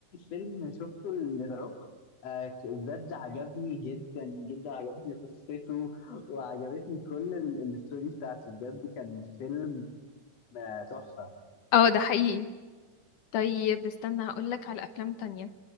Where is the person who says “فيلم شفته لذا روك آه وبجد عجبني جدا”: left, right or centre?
Left